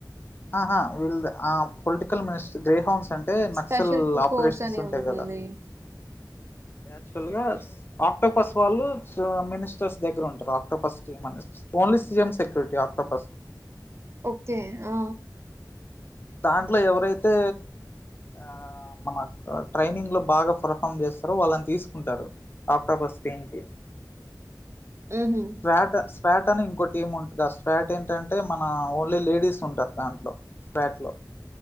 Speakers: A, on the left; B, on the right.
A: హహ వీల్ ఆ పొలిటికల్ మినిస్టర్ గ్రే హౌన్స్ అంటే నక్సల్
B: స్పెషల్ ప్
A: ఆపరేషన్స్
B: ఫోర్స్ అని
A: ఉంటాయి
B: ఉంటుంది.
A: కదా యాక్చువల్ గా ఆక్టోపస్ వాళ్ళు మినిస్టర్స్ దగ్గర ఉంటారు. Octopus team only CM security Octopus
B: okay ఆ
A: దాంట్లో ఎవరైతే ఆ మన ట్రైనింగ్ లో బాగా పర్ఫామ్ చేస్తారో వాళ్ళని తీసుకుంటారు ఆక్టోపస్ టీమ్ కి
B: హుహు.
A: స్టేటస్ ఫ్యాట్ అని ఇంకో టీమ్ ఉంటుంది ఆ స్వాట్ ఏంటంటే మన ఓన్లీ లేడీస్ ఉంటారు దాంట్లో ఫ్యాట్ లో